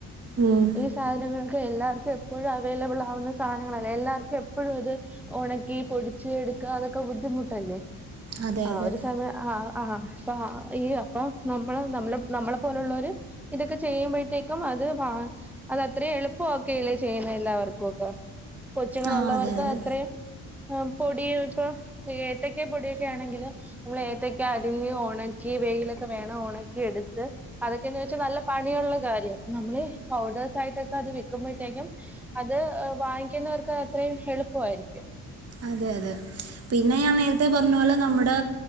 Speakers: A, on the right (about 40°); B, in the centre.
A: ഉം
B: ഈ സാധനങ്ങളൊക്കെ എല്ലാവർക്കും എപ്പോഴും അവൈലബിൾ ആവുന്ന സാധനങ്ങളല്ലേ. എല്ലാവർക്കും എപ്പോഴും അത് ഒണക്കി പൊടിച്ച് എടുക്ക അതൊക്കെ ബുദ്ധിമുട്ടല്ലേ?
A: അതെ
B: ആ
A: അതെ
B: ഒരു സമയം ആ ആ അപ്പ ഈ അപ്പൊ നമ്മള് നമ്മ നമ്മളെ പോലെയുള്ളവര് ഇതൊക്കെ ചെയ്യുമ്പോഴത്തേക്കും അത് വ അത് അത്രയും എളുപ്പൊക്കെയില്ലേ ചെയ്യുന്ന എല്ലാവർക്കും ഒക്കെ കൊച്ചുങ്ങളുള്ളവർക്ക്
A: ആ അതെ അതെ
B: അത്രയും പൊടി ഇപ്പൊ ഏത്തക്ക പൊടിയൊക്കെ ആണെങ്കിൽ നമ്മള ഏത്തക്ക അരിഞ്ഞ് ഉണക്കി വെയിലൊക്കെ വേണം ഉണക്കി എടുത്ത് അതൊക്കെന്ന് വെച്ചാൽ നല്ല പണിയുള്ള കാര്യം അ നമ്മള് പൗഡേഴ്സ ആയിട്ടൊക്കെ അത് വിൽക്കുമ്പോഴത്തേക്കും അത് വാങ്ങിക്കുന്നവർക്ക് അത്രയും എളുപ്പമായിരിക്കും
A: അതെ അതെ പിന്നെ ഞാൻ നേരത്തെ പറഞ്ഞ പോലെ നമ്മുടെ